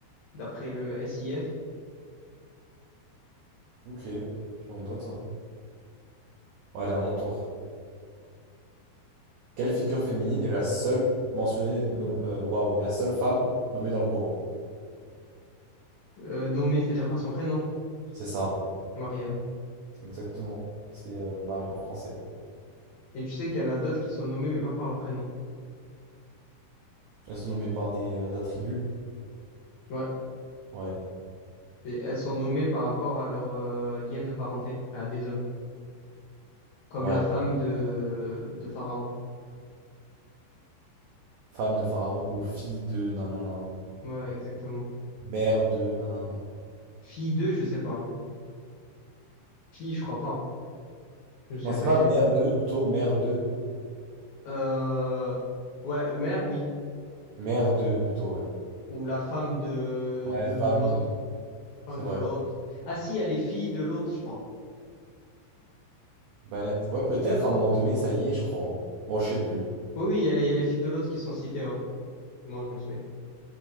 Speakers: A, on the left; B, on the right.
A: D'après le SIF,
B: Ok. Why not, hein. Bon, allez, à mon tour. Quelle figure féminine est la seule mentionnée, nom- euh, waouh, est la seule femme nommée dans le Coran?
A: euh, nommé, c'est-à-dire par son prénom,
B: C'est ça,
A: Mariam.
B: exactement. C'est euh, Marie en français.
A: Et tu sais qu'il y en a d'autres qui sont nommées mais pas par leur prénom.
B: Elles sont nommées par des euh, attributs.
A: Ouais.
B: Ouais,
A: Et elles sont nommées par rapport à leur euh, lien de parenté à des hommes. Comme
B: ouais.
A: la femme de, de Pharaon.
B: Femme de Pharaon ou fille de nanana.
A: Ouais, exactement.
B: Mère de nanana.
A: Fille deux, je sais pas. hein. Fille, je crois pas. Je me souviens
B: Non, c'est
A: pas
B: pas
A: qu'il y
B: mère
A: a deux.
B: de plutôt, mère de.
A: Euh... Ouais, mère, oui.
B: Mère de plutôt, ouais.
A: Ou la femme de,
B: Ouais,
A: de
B: femme
A: l'autre.
B: de. C'est
A: Femme
B: vrai.
A: de l'autre. Ah si, il y a les filles de l'autre, je crois.
B: Banette. Ouais, peut-être à un moment donné, ça y est, je crois. hein. Bon, je sais plus.
A: Oui, oui, il y a les, il y a les filles de l'autre qui sont citées, ouais. Moi, je me souviens.